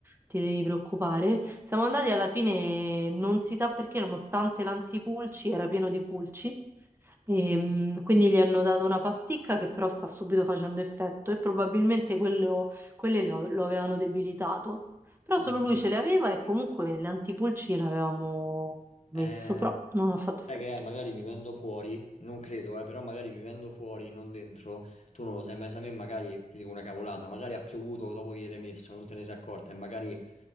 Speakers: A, on the right; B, on the left.
A: ti devi preoccupare. Siamo andati alla fine, non si sa perché, nonostante l'antipulci era pieno di pulci. E, mh, quindi gli hanno dato una pasticca che però sta subito facendo effetto e probabilmente quello- quelle le- lo avevano debilitato. Però
B: ok.
A: solo lui ce le aveva e comunque le antipulci l'avevamo messo,
B: Eh,
A: però non ha fatto effetto.
B: sai che è? magari vivendo fuori, non credo, eh, però magari vivendo fuori, non dentro, tu non lo sai, ma se a me magari, ti dico una cavolata, magari ha piovuto dopo che gli eri messo, non te ne sei accorta e magari